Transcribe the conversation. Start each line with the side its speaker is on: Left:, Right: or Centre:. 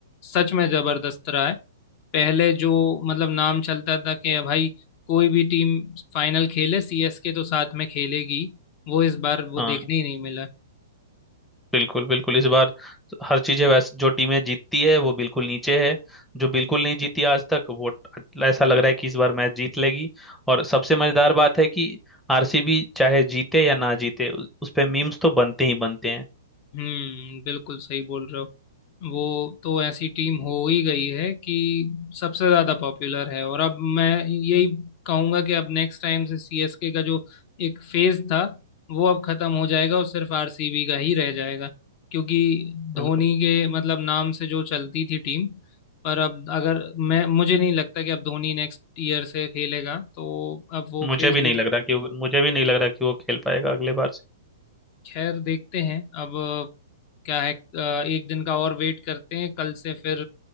Left: सच में ज़बरदस्त रहा है पहले जो मतलब नाम चलता था कि भाई कोई भी टीम फाइनल खेले सीएसके तो साथ में खेलेगी वो इस बार वो
Centre: हाँ
Left: देखने ही नहीं मिला
Centre: बिल्कुल बिल्कुल इस बार हर चीजें वैसे जो टीमें जीतती है वो बिल्कुल नीचे है जो बिल्कुल नहीं जीती आज तक वो ट- ऐसा लग रहा है कि इस बार मैच जीत लेगी और सबसे मजेदार बात है कि आरसीबी चाहे जीते या ना जीते उ- उस पे मीम्स तो बनते ही बनते हैं
Left: हम्म बिल्कुल सही बोल रहे हो वो तो ऐसी टीम हो ही गई है कि सबसे ज्यादा पॉपुलर है और अब मैं यही कहूंगा कि अब नेक्स्ट टाइम से सीएसके का जो एक फेज था वो अब खत्म हो जाएगा और सिर्फ आरसीबी का ही रह जाएगा क्योंकि धोनी
Centre: बिल्कुल
Left: के मतलब नाम से जो चलती थी टीम पर अब अगर मैं मुझे नहीं लगता कि अब धोनी नेक्स्ट ईयर से खेलेगा तो अब वो
Centre: मुझे
Left: फेज
Centre: भी नहीं
Left: जो
Centre: लग रहा कि वो- मुझे भी नहीं लग रहा कि वो खेल पाएगा अगले बार से
Left: खैर देखते हैं अब अ, क्या है अ, एक दिन का और वेट करते हैं कल से फिर